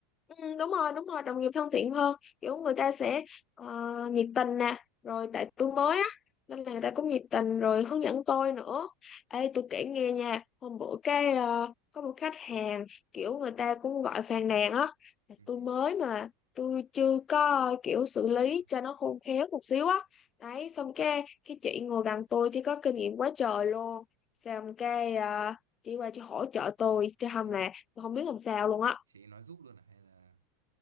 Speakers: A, on the left; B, on the right.
A: Ừ, đúng rồi đúng rồi đồng nghiệp thân thiện hơn kiểu người ta sẽ ờ, nhiệt tình nè rồi tại tôi mới á nên là người ta cũng nhiệt tình rồi hướng dẫn tôi nữa ê tôi kể nghe nha hôm bữa cái ờ, có một khách hàng kiểu người ta cũng gọi phàn nàn á là
B: Ừ.
A: tôi
B: ừ.
A: mới mà tôi chưa có kiểu xử
B: Ờ,
A: lý cho nó khôn khéo một xíu á đấy xong cái cái chị ngồi gần tôi thì có kinh nghiệm quá trời luôn xong cái ờ, chị qua chị hỗ trợ tôi chứ không
B: uầy,
A: là tôi không biết làm sao luôn á
B: chị nói giúp luôn à hay là